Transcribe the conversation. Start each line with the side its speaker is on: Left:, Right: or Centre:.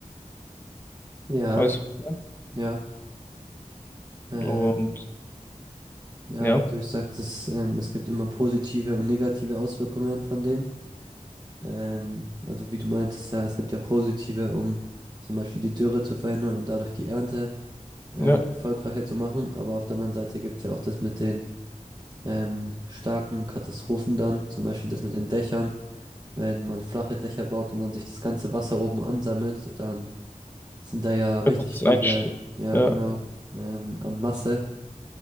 Right: ja,
Left: Weißt du?
Right: ja. Ähm,
Left: Und
Right: ja,
Left: ja,
Right: also ich sag, das, ähm, es gibt immer positive und negative Auswirkungen von dem. Ähm, also wie du meintest, ja, es gibt ja positive, um zum Beispiel die Dürre zu verhindern und dadurch die Ernte ähm,
Left: ja,
Right: erfolgreicher zu machen. Aber auf der anderen Seite gibt es ja auch das mit den ähm, starken Katastrophen dann, zum Beispiel das mit den Dächern. Wenn man flache Dächer baut und dann sich das ganze Wasser oben ansammelt, dann sind da ja richtig
Left: gutes
Right: viele,
Left: Einst
Right: ja
Left: ja,
Right: genau, ähm, an Masse.